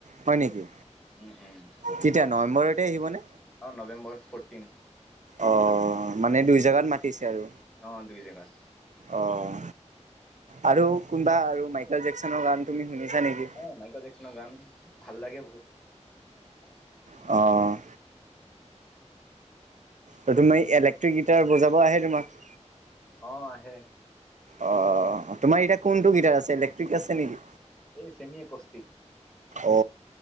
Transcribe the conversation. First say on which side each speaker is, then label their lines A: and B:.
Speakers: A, on the right (about 80°); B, in the centre.
A: হয় নেকি?
B: উম উম
A: কেতিয়া নৱেম্বৰতে আহিবনে
B: অ নৱেম্বৰ ফৰটিন।
A: অঁ মানে দুই জেগাত মাতিছে আৰু
B: অ দুই জেগাত
A: অঁ। আৰু কোনোবা আৰু মাইকেল জেকচনৰ গান তুমি শুনিছা নেকি
B: আহ মাইকেল জেকচনৰ গান ভাল লাগে বহুত।
A: অঁ। আৰু তোমাৰ ইলেক্ট্ৰিক গিটাৰ বজাব আহে তোমাক?
B: অ আহে।
A: অ তোমাৰ এতিয়া কোনটো গিটাৰ আছে ইলেক্ট্ৰিক আছে নেকি?
B: এই চেমীয়ে কস্তিক।
A: অ